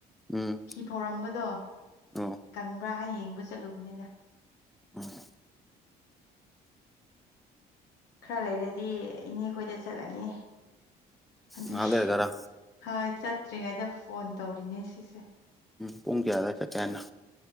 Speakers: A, in the centre; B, on the left.
A: ꯎꯝ
B: ꯐꯤ ꯐꯧꯔꯝꯕꯗꯣ
A: ꯑꯣ
B: ꯀꯪꯕ꯭ꯔꯥ ꯍꯥꯏꯅ ꯌꯦꯡꯕ ꯆꯠꯂꯨꯕꯅꯤꯗ
A: ꯎꯝ
B: ꯈꯔ ꯂꯩꯔꯗꯤ ꯏꯅꯦ ꯈꯣꯏꯗ ꯆꯠꯂꯅꯤ ꯑꯗꯨꯒꯤ
A: ꯉꯥꯏꯍꯥꯛ ꯂꯩꯔꯒꯔꯥ
B: ꯍꯣꯏ ꯆꯠꯇ꯭ꯔꯤꯉꯩꯗ ꯐꯣꯟ ꯇꯧꯔꯤꯅꯦ ꯁꯤꯁꯦ
A: ꯎꯝ ꯄꯨꯡ ꯀꯌꯥ ꯑꯗ꯭ꯋꯥꯏ ꯆꯠꯀꯦ ꯍꯥꯏꯅꯣ